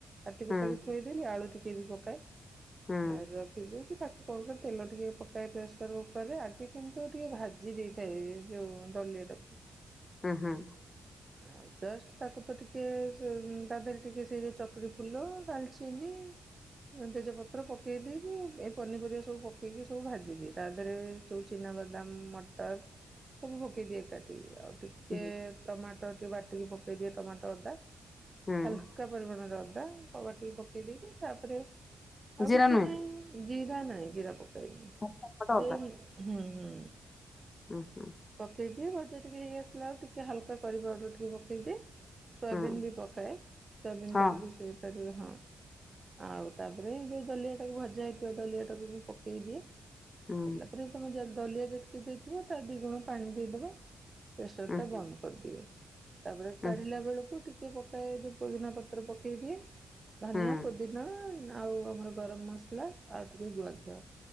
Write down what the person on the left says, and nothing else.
ହୁଁ
ହୁଁ
ହୁଁ, ହୁଁ।
ହୁଁ।
ହୁଁ
ଜିରା
ନୁହେଁ
ଟମାଟୋ
ଉ, ହୁଁ।
ହୁଁ
ହଁ
ହୁଁ
ହୁଁ
ହୁଁ
ହୁଁ